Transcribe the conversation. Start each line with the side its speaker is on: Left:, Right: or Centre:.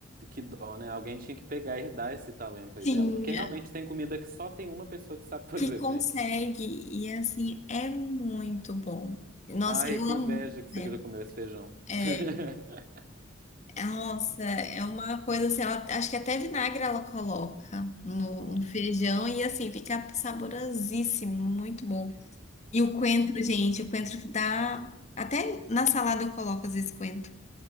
Right: que dó, né? Alguém tinha que pegar e herdar esse talento
Left: Tinha,
Right: aí dela. Porque realmente tem comida que só tem uma pessoa que sabe <laughs> fazer,
Left: que consegue.
Right: velho.
Left: E assim, é muito bom. Nossa,
Right: Ai,
Left: eu
Right: que
Left: amo.
Right: inveja que
Left: coentro.
Right: você já comeu esse feijão.
Left: É,
Right: <laughs>
Left: é, nossa, é uma coisa assim, ela, acho que até vinagre ela coloca no,
Right: Nossa.
Left: no feijão e assim, fica saborosíssimo, muito bom. E o coentro, gente, o coentro dá. Até na salada eu coloco às vezes coentro.